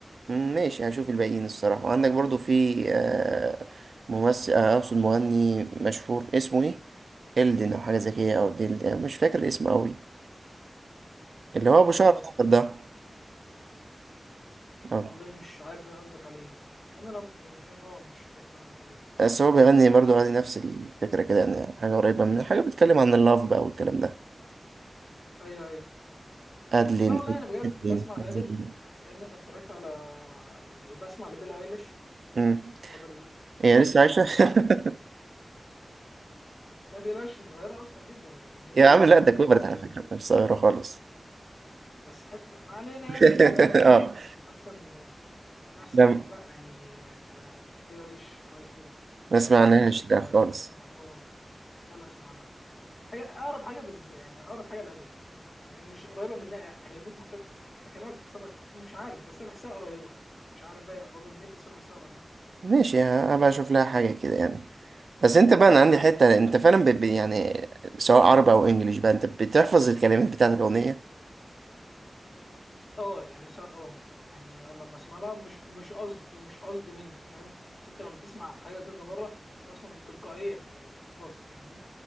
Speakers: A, on the right (about 85°); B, on the left (about 60°).
A: مم، ماشي هشوف الباقيين الصراحة وعندك برضه في آه، ممثل آه، أقصد مغني مشهور اسمه إيه؟ إلدن أو حاجة زي كده أو ديلدن مش فاكر اسمه أوي اللي هو أبو شعر
B: اه
A: أصفر ده اه
B: والله مش عارف إيه قصدك عليه انا لو يعني فاهم اه مش فاكر قصدك عليه
A: بس هو بيغني برضو عادي نفس الفكرة كده يعني حاجة قريبة من حاجة بتتكلم عن اللاف بقى والكلام ده
B: ايوه ايوه
A: أدلين
B: لا والله انا بجد
A: أدلين
B: بسمع الادل
A: حاجة زي كده
B: لان انا اتفرجت على يعني وبسمع لبيلي ايليش
A: أمم.
B: الفتره دي بيلي
A: هي
B: ايليش
A: لسه عايشة
B: بقت
A: <laughs>
B: عامله حاجات لا بيلي ايليش صغيره اصلا جدا يعني بالنسبه
A: يا عم
B: للادل
A: لا ده
B: الادل
A: كبرت
B: اللي
A: على
B: هي اللي
A: فكرة
B: كبيره
A: مش صغيرة خالص
B: بس حتى ما علينا
A: <laughs>
B: يعني بيلي ايليش
A: اه
B: من احسن من احسن
A: لا
B: لا يعني آه، بيلي ايليش كويسه جدا
A: ما سمعناهاش
B: لا لازم تسمع
A: ده خالص
B: لا لا ت- اه لا لا اسمع لها حاجه اقرب حاجه بز يعني اقرب حاجه للادب يعني أنا- هي مش قريبه منها هي الموت مختلف بكلمك في طب مش عارف بس انا بحسها قريبه مش عارف بقى قريبه منين بس انا بحسها قريبه
A: ماشي هبقى أشوف لها حاجة كده يعني بس انت بقى انا عندي حتة انت فعلا ب... ب- يعني سواء عربي او انجليش بقى انت بتحفظ الكلمات بتاعت الاغنية
B: اه يعني ساعات اه يعني والله لما اسمع لها مش مش قصد مش قصد مني فاهم بس انت لما تسمع الحاجه كذا مره انت اصلا تلقائيا يعني بتحفظها فاهمني